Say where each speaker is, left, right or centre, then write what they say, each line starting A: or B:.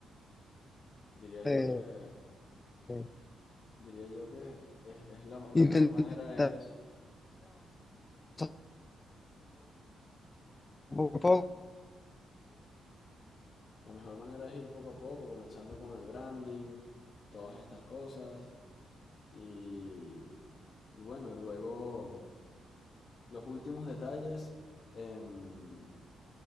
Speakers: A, on the left; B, on the left.
A: diría
B: eh,
A: yo que,
B: eh,
A: diría yo que es, es la, la
B: intentar
A: mejor manera es
B: avanzando poco a poco
A: La mejor manera es ir poco a poco, comenzando con el branding, todas estas cosas. Y, y bueno, luego los últimos detalles, em,